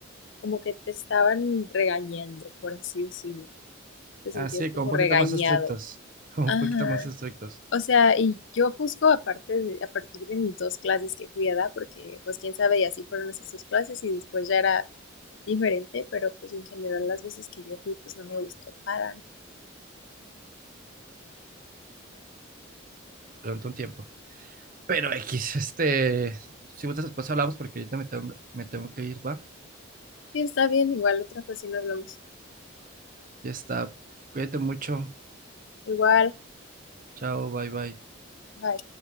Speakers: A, on the left; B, on the right.
A: como que te estaban regañando, por así decirlo, te
B: Así,
A: sentías como
B: como un poquito
A: regañado.
B: más estrictos, <laughs> como
A: Ajá.
B: un poquito más estrictos
A: O sea, y yo juzgo aparte de- a partir de mis dos clases que fui a dar, porque pues quién sabe, y así fueron esas dos clases y después ya era diferente, pero pues en general las veces que yo fui pues no me gustó para nada.
B: durante un tiempo. Pero X, este, si gustas después hablamos porque ahorita me tengo, me tengo que ir, ¿va?
A: Sí, está bien, igual otra ocasión hablamos.
B: Ya está. Cuídate mucho.
A: Igual,
B: Chao, bye bye.
A: bye.